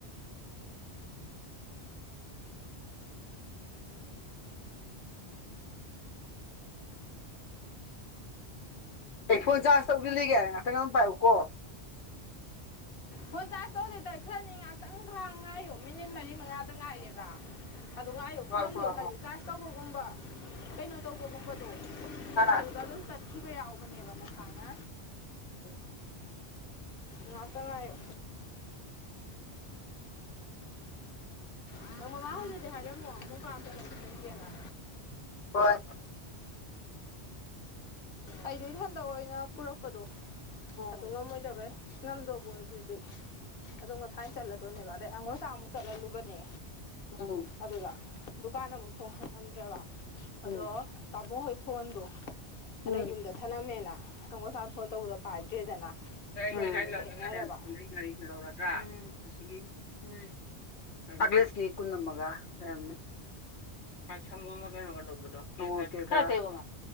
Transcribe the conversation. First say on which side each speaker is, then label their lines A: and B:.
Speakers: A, on the left; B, on the left.
A: ꯑꯩ ꯐꯣꯟ ꯆꯥꯔꯖ ꯇꯧꯁꯤꯜꯂꯤꯒꯦ ꯉꯥꯛꯇꯪ ꯑꯗꯨꯝ ꯄꯥꯏꯌꯨꯀꯣ
B: ꯐꯣꯟ ꯆꯥꯔꯁ ꯇꯧ ꯂꯤꯇꯔ ꯈ꯭ꯔꯅꯤ ꯉꯥꯛꯇꯪ ꯉꯥꯏꯌꯨ ꯃꯤꯅꯤꯠ ꯃꯔꯤ ꯃꯉꯥꯗ ꯉꯥꯏꯔꯦꯕ ꯑꯗꯨ ꯉꯥꯏꯎ
A: ꯍꯣꯏ
B: ꯐꯣꯟꯗꯨ
A: ꯍꯣꯏ
B: ꯍꯥꯏꯗꯤ ꯆꯥꯔ꯭ꯁ ꯇꯧꯕꯒꯨꯝꯕ ꯀꯩꯅꯣ ꯇꯧꯕꯒꯨꯝꯕꯗꯣ
A: ꯍꯥ
B: ꯑꯗꯨꯗ ꯑꯗꯨꯝ ꯇꯠꯈꯤꯕ ꯌꯥꯎꯕꯅꯦꯕ ꯃꯁꯥꯅ
A: ꯎꯝ
B: ꯉꯥꯛꯇꯪ ꯉꯥꯏꯌꯣ ꯑꯗ ꯃꯕꯥ ꯑꯣꯏꯅꯗꯤ ꯍꯥꯏꯔꯝꯃꯣ ꯃꯛ ꯄꯥꯝꯇ ꯂꯒꯦꯅ
A: ꯍꯣꯏ
B: ꯑꯩꯗꯤ ꯢꯊꯟꯗ ꯑꯣꯏꯅ ꯄꯨꯔꯛꯄꯗꯣ
A: ꯎꯝ
B: ꯑꯗꯨ ꯉꯝꯃꯣꯏꯗꯕꯩ ꯉꯝꯗꯧꯕ ꯑꯣꯏ ꯑꯗꯨꯗꯤ ꯑꯗꯣ ꯉꯁꯥꯏ ꯆꯠꯂꯗꯣꯏꯅꯦꯕ ꯑꯗꯩ ꯑꯉꯣꯆꯥ ꯑꯃꯨꯛ ꯆꯠꯍꯜꯂꯨꯕꯅꯦ
A: ꯎꯝ
B: ꯑꯗꯨꯗ ꯗꯨꯀꯥꯟ ꯑꯃꯨꯛ ꯊꯣꯡ ꯍꯥꯡꯉꯝꯗ꯭ꯔꯕ
A: ꯎꯝ
B: ꯑꯗꯣ ꯇꯥꯃꯣ ꯍꯣꯏ ꯐꯣꯟꯗꯣ ꯑꯗꯩꯩ
A: ꯎꯝ
B: ꯌꯨꯝꯗ ꯊꯅꯝꯃꯦꯅ ꯑꯉꯣꯆꯥ ꯐꯣꯟ ꯇꯧꯕꯗ ꯄꯥꯏꯗ꯭ꯔꯦꯗꯅ
A: ꯅꯦ <unintelligible>
B: ꯂꯝꯕꯤꯗꯣ
A: ꯂꯧꯦꯟꯁꯤ
B: ꯊꯩꯅꯔꯕ
A: <unintelligible> ꯅ <unintelligible> ꯉꯥꯔꯤꯁꯨ ꯂꯧꯔꯗ꯭ꯔꯥ ꯉꯁꯤꯒꯤ ꯎꯝ ꯑꯒꯁꯀꯤ ꯀꯨꯟ ꯑꯃꯒ ꯂꯩꯔꯝꯅꯤ ꯄꯥꯏ ꯁꯒ ꯀꯩꯅ ꯂꯧꯕꯗꯣ